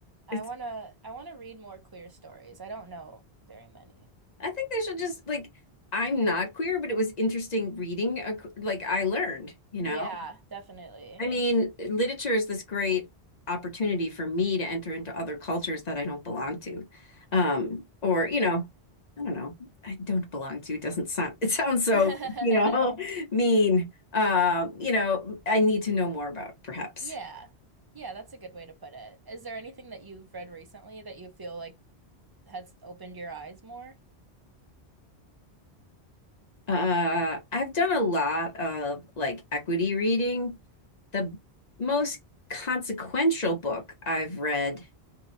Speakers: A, on the right; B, on the left.
A: I
B: It's
A: wanna I wanna read more queer stories. I don't know very many.
B: I think they should just like I'm not queer, but it was interesting reading a, like I learned, you
A: Yeah,
B: know.
A: definitely.
B: I mean, literature is this great opportunity for me to enter into other cultures that I don't belong to. Um, or, you know, I don't know. I don't belong to doesn't sound <laughs> it sounds so,
A: <laughs>
B: you know, <laughs> mean. Uh, you know, I need to know more about perhaps.
A: Yeah. Yeah, that's a good way to put it. Is there anything that you've read recently that you feel like has opened your eyes more?
B: Uh, I've done a lot of like equity reading. The most consequential book I've read